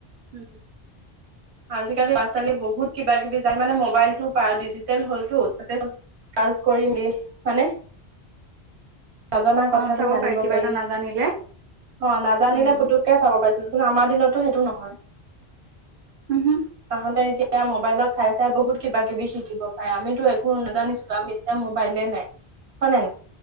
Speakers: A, on the right; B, on the right.
A: উম
B: আজিকালি ল'ৰা ছালী বহুত কিবা কিবি যায় মানে মবাইলটো প ডিজিটেল হ'লটো তাতে চাৰজ কৰি মানে। নজনা কথাটো
A: অ চাব
B: জানিব।
A: পাৰি কিবা
B: অ
A: এটা নাজানিলে
B: নাজানিলে
A: উম
B: পুতুককে চাব পাৰি। কিন্তু আমাৰ দিনতো সেইটো নহয়
A: উহো
B: তাহতে এতিয়া মোবাইলত চাই চাই বহুত কিবা কিবি শিকিব পাৰে আমিতো একো নাজানিছিলো আমি এতিয়া মোবাইলে নাই হয় নে